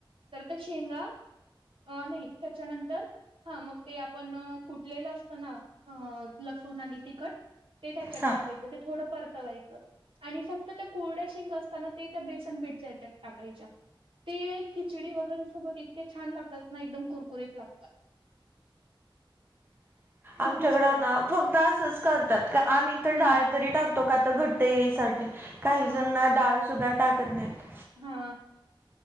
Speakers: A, on the right; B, on the right.
A: तर त्या शेंगा अ नाही त्याच्यानंतर हा मग ते आपण कुटलेलं असतं ना, अ लसूण आणि तिखट ते त्याच्यात
B: हां
A: टाकायच. ते थोडं परतवायचं आणि फक्त त्या कोरड्या शेंगा असताना ते त्या बेसन बीठच्या याच्यात टाकायच्या. ते खिचडी वगैरे सोबत इतके छान लागतात ना एकदम कुरकुरीत लागतात.
B: <inaudible>
A: खूप
B: आमच्याकड
A: मस्त लागत.
B: ना फक्त असंच करतात का आम्ही तर
A: हम्म
B: डाळ तरी टाक तो का त घट्ट येई साठी काही
A: हा
B: जणना डाळ सुद्धा टाकत नाहीत.
A: हा.